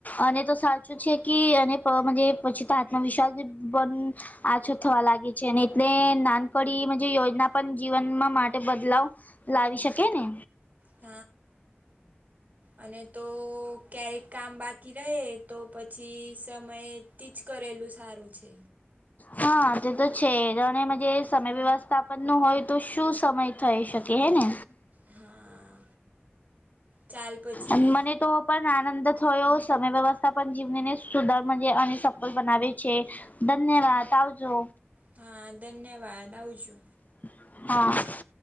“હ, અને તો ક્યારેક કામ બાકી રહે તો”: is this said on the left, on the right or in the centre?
Right